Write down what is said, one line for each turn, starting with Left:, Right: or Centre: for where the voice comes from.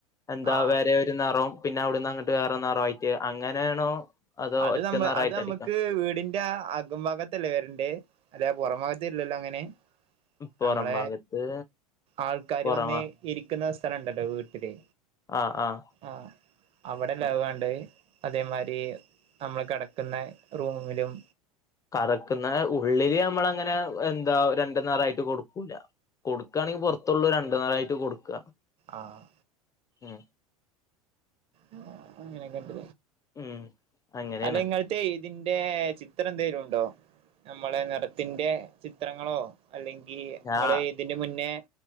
Left: എന്താ
Right: ആ
Left: വേറെ ഒരു നറോം പിന്നെ അവ്ടുന്നങ്ങട്ട് വേറെ നറോയിട്ട് അങ്ങനെയാണോ അതോ
Right: അത്
Left: ഒറ്റ
Right: നമ്മ
Left: നിറായിട്ട്
Right: അത് നമ്മുക്ക്
Left: അടിക്കാം
Right: വീടിൻ ല്ലാ അകം ബാഗത്തല്ലേ വരേണ്ടേ? അതെ പൊറം ബാഗത്തില്ലല്ലോയങ്ങനെ.
Left: പുറം
Right: നമ്മള
Left: ഭാഗത്ത്
Right: ആൾക്കാര്
Left: പുറമ
Right: വന്ന് ഇരിക്കുന്ന സ്ഥലണ്ടല്ലോ വീട്ടില്
Left: ആഹ് ആഹ്
Right: ആഹ് അവിടല്ല അത് വേണ്ടത് അതേമാരി നമ്മള് കടക്കുന്ന റൂമിലും
Left: തറക്കന്ന ഉള്ളില് നമ്മള് അങ്ങനെ എന്താ രണ്ടു നിറമായിട്ട് കൊടുക്കൂല കൊടുക്കാണെങ്കിൽ പുറത്തുള്ളൂ രണ്ടു നരായിട്ട് കൊടുക്ക
Right: ആഹ്
Left: ഉമ്
Right: ഉമ് ഇങ്ങനെ കണ്ട്
Left: ഉം അങ്ങനെയാണ്
Right: അല്ലെങ്ങൾ മറ്റേ ഇതിന്റെ ചിത്രന്തെലും ഉണ്ടോ നമ്മളെ നിറത്തിന്റെ ചിത്രങ്ങളോ അല്ലെങ്കീ
Left: ഞാ
Right: ങ്ങളേ ഇതിന് മുന്നേ